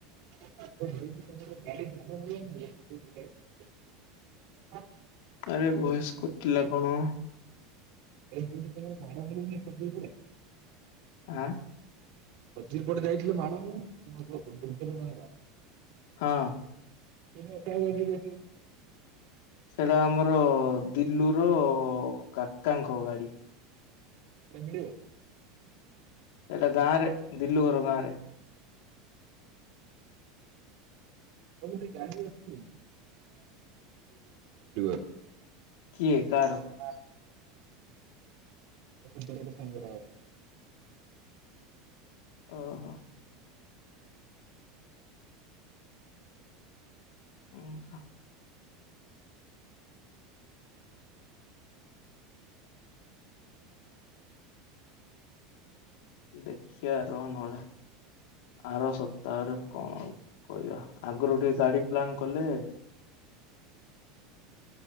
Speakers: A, on the right (about 60°); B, on the left (about 75°).
A: <unintelligible>
B: ଆରେ ଭଏସ କଟିଲା କଣ?
A: <unintelligible>
B: ଆଁ?
A: <unintelligible>
B: ହଁ।
A: <unintelligible>
B: ସେଟା ଆମର ଦିଲୁ ର କାକାଙ୍କ ଗାଡି।
A: କେମିତି ବେ?
B: ସେଇଟା ଗାଁ ରେ ଦିଲୁ ଗର ଗାଁରେ।
A: ହ ଗୋଟେ ଗାଡ଼ି ଅଛି। <unintelligible>
B: କିଏ କାର?
A: ବୋପା <unintelligible>
B: ଓ ହୋ। ଉଁଛ। ଦେଖିବା ର ନ ହେଲେ ଆର ସପ୍ତାହରେ କଣ କହିବା? ଆଗରୁ ଟିକେ ଗାଡ଼ି ପ୍ଲାନ କଲେ